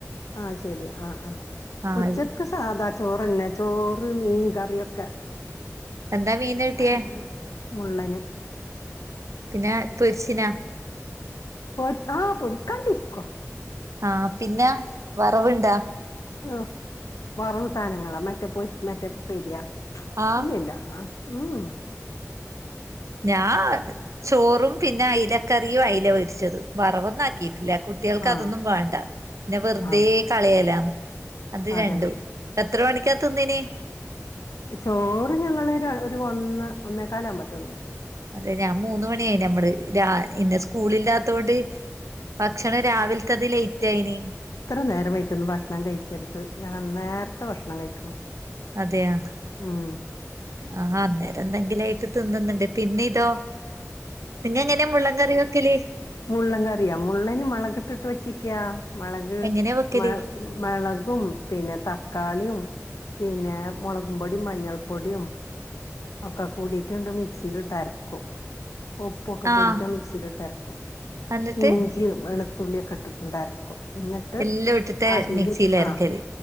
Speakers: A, on the left; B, on the right.
A: ആഹ് ശരി ആഹ് ആഹ്
B: ആഹ്
A: ഉച്ചക്ക്
B: അത്
A: സാധാ ചോറെന്നെ ചോറ് മീൻ കറിയൊക്കെ.
B: എന്താ മീന് കിട്ടിയേ
A: <inaudible> മുള്ളന്
B: പിന്നെ പൊരിച്ചിനാ
A: പൊരിച് ആ പൊരിക്കാണ്ടിരിക്കോ
B: ആഹ് പിന്നെ വറവ്ണ്ടാ?
A: ഉഹ് വറവ് സാനങ്ങളാ മറ്റേ പൊരി മറ്റേ പെരിയാ
B: ആഹ്
A: ഇല്ലല്ല. ആഹ് ഉംഉം
B: ഞാ ചോറും പിന്നെ അയ്ലക്കറിയു അയ്ല പൊരിച്ചതും വറവൊന്നാക്കിട്ടില്ല കുട്ട് ട്ടേൾക്ക്
A: ആ
B: അതൊന്നും വാണ്ട ന്നെ വെറുതേ
A: ആ
B: കളയല്ലാന്ന് അത്
A: അതന്നെ
B: രണ്ടും എത്ര വണിക്കാ തിന്നിന്
A: ചോറ് ഞങ്ങളൊരു ഒരു ഒന്ന് ഒന്നേ കാലാവുമ്പോ തിന്നും.
B: അതെ ഞാ മൂന്ന് മണിയായി നമ്മള് രാ ഇന്ന് സ്കൂളില്ലാത്തോണ്ട്. ഭക്ഷണം രാവിൽത്തത് ലൈ റ്റായിന്.
A: ഇത്ര നേരം വൈയിട്ടൊന്നും ഭക്ഷണം കഴിക്കരുത് ഞാൻ നേരത്തെ ഭക്ഷണം കഴിക്കണം.
B: അതേയാ
A: ഉം
B: ആഹ് അന്നേരം എന്തെങ്കിലായിട്ട് തിന്ന്ന്ന്ണ്ട് പിന്നെ ഇതോ പിന്നെ എങ്ങനെ മുള്ളൻ കറിവെക്കല്?
A: മുള്ളൻകറിയ മുള്ളനു മുളകിട്ടിട്ടു വച്ചിക്കാ മുളക്
B: എങ്ങനെയാ വെക്കല്
A: മ മളകും, പിന്നെ തക്കാളീം പിന്നെ മോളകും പൊടിം, മഞ്ഞൾപ്പൊടിം ഒക്കെ കൂടിട്ട്ങ്ങട്ട് മിക്സീല് ഇട്ട് അരക്കും ഉപ്പുക്കെ
B: ആഹ്
A: കൂടീട്ട് മിക്സിലിട്ട് അരക്കും
B: എന്നിട്ട്
A: ഇഞ്ചിമ്, വെളുത്തുള്ളിയൊക്കെ ഇട്ടിട്ട്ങ്ങട്ടരക്കും ഇന്നട്ട്
B: എല്ലാം ഇട്ടിട്ട്
A: അതിലും
B: മിക്സിൽ അരക്കല്
A: ആഹ്